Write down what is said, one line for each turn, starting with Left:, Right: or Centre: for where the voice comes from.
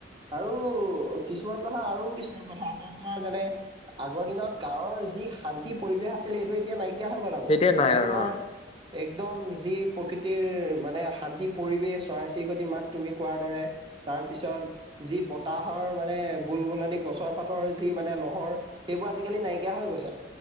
Right: আৰু কিছুমান কথা আৰু কিছুমান কথা আছে তোমাৰ যেনে আগৰ দিনত গাৱৰ যি শান্তি পৰিৱেশ আছিলে এইটো এতিয়া নাইকিয়া হৈ গ'ল আকৌ
Left: তেতিয়া নাই
Right: মানে
Left: আৰু
Right: তোমাৰ
Left: অ,
Right: একদম যি প্ৰকৃতিৰ মানে শান্তি পৰিৱেশ চৰাই চিৰিকটি মাত তুমি কোৱাৰ দৰে তাৰ পিছত যি বতাহৰ মানে বুলবুলনি গছৰ পাতৰ যি মানে লহৰ সেইবোৰ আজিকালি নাইকিয়া হৈ গৈছে।